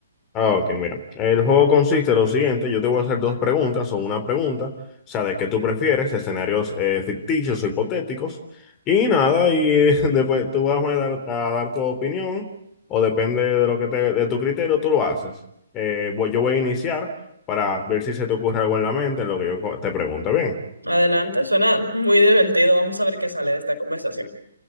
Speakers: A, on the left; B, on the right.
A: Ah, ok, mira. El juego consiste en lo siguiente, yo te voy a hacer dos preguntas o una pregunta, o sea, de qué tú prefieres, escenarios eh, ficticios o hipotéticos, y nada, y eh, <laughs> después tú vas a dar, a dar tu opinión, o depende de lo que te, de tu criterio, tú lo haces. Eh, voy- yo voy a iniciar para ver si se te ocurre algo en la mente en lo que yo co- te pregunto, ¿bien?
B: Adelante, suena muy divertido. Vamos a ver qué sale de esta conversación.